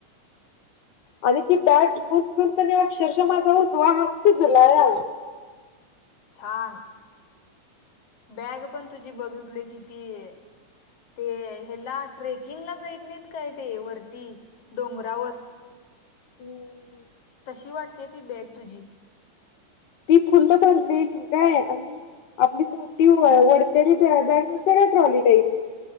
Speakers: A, on the left; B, on the left.
A: ह
B: आणि ती बॅग घेऊन घेऊन पण अक्षरशः माझा उजवा हात सुजलाय.
A: छान. बॅग पण तुझी बघितली कितीए. ते ह्याला ट्रेकिंगला जायत नाहीत काय? ते वरती डोंगरावर.
B: हम्म.
A: तशी वाटते ती बॅग तुझी.
B: ती फुल्ल भरलेली काय? आणि- आपली मोठी वढतेरी बॅग नसते ना ट्रॉली टाईप.